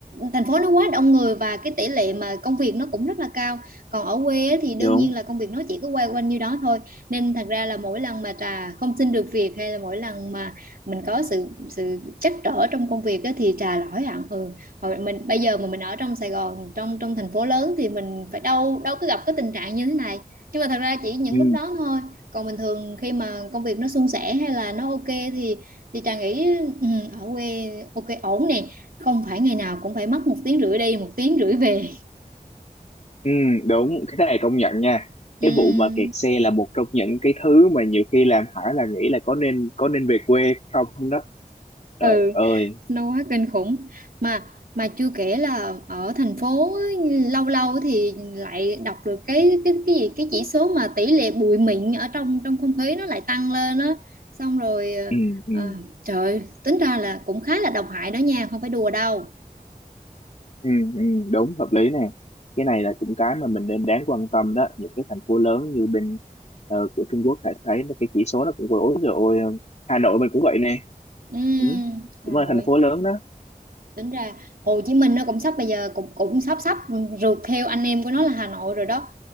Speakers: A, on the right; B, on the left.
A: thành phố nó quá đông người và cái tỷ lệ mà công việc nó cũng rất là cao còn ở quê á thì đương
B: đúng
A: nhiên là công việc nó chỉ cứ quay quanh như đó thôi nên thật ra là mỗi lần mà Trà không xin được việc hay là mỗi lần mà mình có sự sự trắc trở trong công việc á thì Trà là hối hận ừ hồi mình bây giờ mà mình ở trong Sài Gòn trong trong thành phố lớn thì mình phải đâu đâu có gặp cái tình trạng như thế này nhưng mà thật ra chỉ những
B: ừ,
A: lúc đó thôi còn bình thường khi mà công việc nó suôn sẻ hay là nó ok thì thì Trà nghĩ ừ, ở quê ok ổn nè không phải ngày nào cũng phải mất một tiếng rưỡi đi một tiếng rưỡi về
B: ừ, đúng cái này công nhận nha
A: Ừm,
B: cái vụ mà kẹt xe là một trong những cái thứ mà nhiều khi làm Hải là nghĩ là có nên có nên về quê không đó
A: ừ
B: trời ơi
A: nó quá kinh khủng mà mà chưa kể là ở thành phố á, lâu lâu thì lại đọc được cái cái cái gì cái chỉ số mà tỷ lệ bụi mịn ở trong trong không khí nó lại tăng lên á xong rồi ờ,
B: ừ, ừ.
A: ờ, trời ơi, tính ra là cũng khá là độc hại đó nha không phải đùa đâu
B: Ừ, ừ, đúng hợp lý nè cái này là cũng cái mà mình nên đáng quan tâm đó những cái thành phố lớn như bên ờ, của Trung Quốc hãy thấy là cái chỉ số nó cũng vừa ối rồi ôi ờ, Hà Nội mình cũng vậy nè
A: Ừm,
B: ừ. cũng
A: Hà
B: là
A: Nội
B: thành phố lớn đó
A: tính ra Hồ Chí Minh nó cũng sắp bây giờ cũng cũng sắp sắp rượt theo anh em của nó là Hà Nội rồi đó